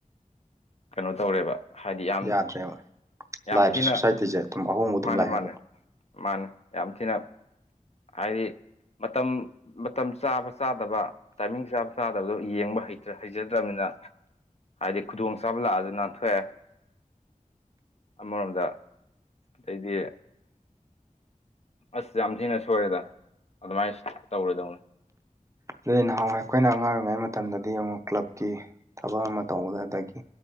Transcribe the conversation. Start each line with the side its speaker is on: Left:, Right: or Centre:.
Left: ꯀꯩꯅꯣ ꯇꯧꯔꯦꯕ ꯍꯥꯏꯗꯤ ꯌꯥꯝ
Right: ꯌꯥꯗ꯭ꯔꯦꯕ
Left: ꯌꯥꯝ
Right: ꯂꯥꯏꯐꯁꯦ
Left: ꯊꯤꯅ
Right: ꯁꯣꯁꯥꯏꯇꯤꯁꯦ ꯑꯗꯨꯝ ꯑꯍꯣꯡꯕ ꯑꯗꯨꯝ
Left: ꯃꯥꯅꯦ
Right: ꯂꯥꯛꯑꯦꯕ
Left: ꯃꯥꯅꯦ ꯃꯥꯅꯦ ꯌꯥꯝ ꯊꯤꯅ ꯍꯥꯏꯗꯤ ꯃꯇꯝ ꯃꯇꯝ ꯆꯥꯕ ꯆꯥꯗꯕ ꯇꯥꯏꯃꯤꯡ ꯆꯥꯕ ꯆꯥꯗꯕꯗꯣ ꯌꯦꯡꯕ ꯍꯩꯇ꯭ꯔ ꯍꯩꯖꯗ꯭ꯔꯥꯕꯅꯤꯅ ꯍꯥꯏꯗꯤ ꯈꯨꯗꯣꯡ ꯆꯥꯕ ꯂꯥꯛꯑꯥꯁꯨ ꯅꯥꯟꯊꯣꯛꯑꯦ ꯑꯃꯔꯣꯝꯗ ꯑꯗꯩꯗꯤ ꯑꯁ ꯌꯥꯝ ꯊꯤꯅ ꯁꯣꯏꯔꯦꯗ ꯑꯗꯨꯃꯥꯏꯅ ꯇꯧꯔꯣꯢꯗꯧꯅꯤ
Right: ꯑꯗꯨꯅꯤ ꯅꯍꯥꯟꯋꯥꯢ ꯑꯩꯈꯣꯏꯅ ꯑꯉꯥꯡ ꯑꯣꯏꯔꯤꯉꯩ ꯃꯇꯝꯗꯗꯤ ꯌꯦꯡꯉꯨ ꯀ꯭ꯂꯕꯀꯤ ꯊꯕꯛ ꯑꯃ ꯇꯧꯕꯗ ꯑꯗꯒꯤ